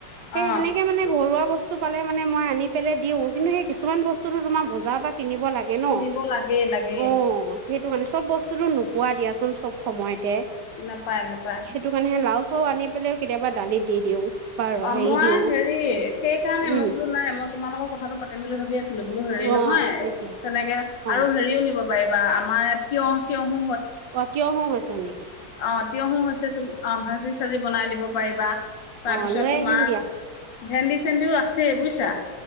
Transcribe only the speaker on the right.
সেই সেনেকে মানে ঘৰুৱা বস্তু পালে মানে মই আনি পেলে দিওঁ, কিন্তু সেই কিছুমান বস্তুটো তোমাৰ বজাৰৰ পৰা কিনিব লাগে ন,
অ সেইটো কাৰণে চব বস্তুটো নোপোৱা দিয়া <unintelligible> চব সময়তে
সেইটো কাৰণেহে লাউজ অ আনি পেলেও কেতিয়াবা দালিত দি দিওঁ। বা
হেৰি
দিওঁ
উম
অ
হৈছিলে
অ
অ কিয় হ হৈছ <inaudible>
অ লৈ
আহিম দিয়া